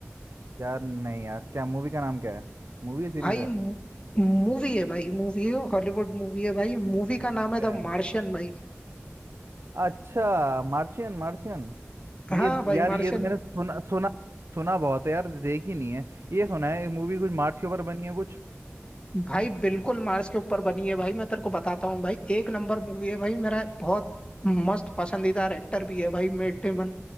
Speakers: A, on the right; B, on the left.
A: यार नहीं यार क्या मूवी का नाम क्या है मूवी या सीरीज
B: भाई
A: है
B: मूवी है भाई मूवी है हॉलीवुड मूवी है भाई मूवी
A: नाम
B: का नाम है
A: क्या
B: द
A: है
B: मार्शियन भाई
A: अच्छा मार्शियन मार्शियन ये
B: हाँ भाई
A: यार
B: मार्शियन
A: ये तो मैंने सुना सुना सुना बहुत है यार देखी नहीं है ये सुना है मूवी कुछ मार्स के ऊपर बनी है कुछ
B: भाई बिल्कुल मार्स के ऊपर बनी है भाई मैं तेरे को बताता हूँ भाई एक नंबर मूवी है भाई मेरा बहुत मस्त पसंदीदार एक्टर भी है भाई मेट डेमन